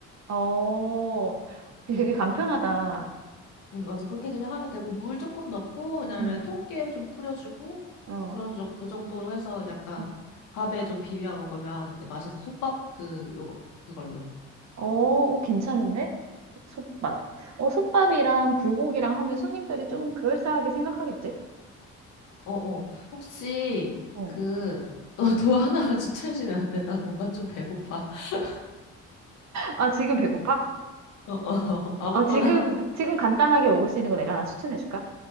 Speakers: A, on the right; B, on the left.
A: 어, 되게
B: 응,
A: 간편하다.
B: 응, 맞아. 그렇게 그냥 하면 되고, 물 조금 넣고, 그다음에
A: 응.
B: 통깨 좀 뿌려주고,
A: 어,
B: 그런, 정- 그 정도로 해서 약간
A: 어.
B: 밥에 좀 비벼 먹으면 이제 맛있어. 솥밥 그, 요거, 그걸로.
A: 어, 어, 괜찮은데? 솥밥. 어, 솥밥이랑 불고기랑 하면 손님들이 좀 그럴싸하게 생각하겠지?
B: 어, 어. 혹시
A: 어.
B: 그, 너도 <laughs> 하나만 추천해주면 안 돼? 나 뭔가 좀 배고파. <laughs>
A: 아, 지금 배고파?
B: 어, 어, 아무거나
A: 어, 지금,
B: 하나.
A: 지금 간단하게 먹을 수 있는 거 내가 하나 추천해줄까?